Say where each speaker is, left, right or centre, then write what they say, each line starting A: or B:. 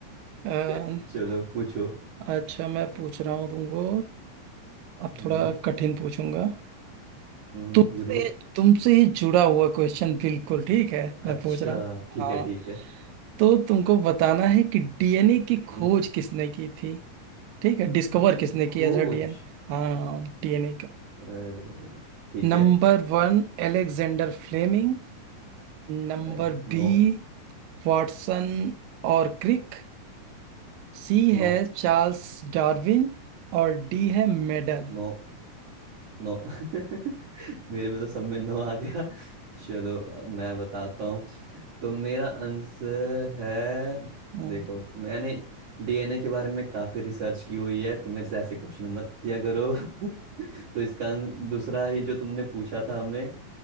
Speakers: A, on the right; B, on the right.
A: <laughs>
B: <laughs> चलो पूछो
A: अ, अच्छा मैं पूछ रहा हूँ तुमको अब
B: हम्म
A: थोड़ा कठिन पूछूंगा
B: हम्म
A: तुमसे
B: जरूर
A: तुमसे ही जुड़ा हुआ क्वेश्चन बिल्कुल ठीक है
B: अच्छा
A: मैं पूछ रहा हूँ
B: ठीक
A: हाँ
B: है ठीक है
A: तो तुमको बताना है कि डीएनए की खोज
B: हम्म
A: किसने की थी ठीक है डिस्कवर
B: उनकी
A: किसने किया
B: खोज
A: था डीएन हाँ डीएनए को
B: अरे ठीक
A: Number
B: है
A: वन Alexander Fleming Number
B: अ,
A: B
B: नो
A: Watson और क्रिक सी
B: नो
A: है चार्ल्स डार्विन और डी है मेडल
B: नो नो <laughs> मेरे में तो सब में नो आ गया चलो अब मैं बताता हूँ तो मेरा आंसर है
A: <laughs>
B: देखो मैंने डीएनए के बारे में काफी रिसर्च की हुई है तो मेरे से ऐसे क्वेश्चन मत किया करो <laughs> तो इसका आंस- दूसरा ही जो तुमने पूछा था हमें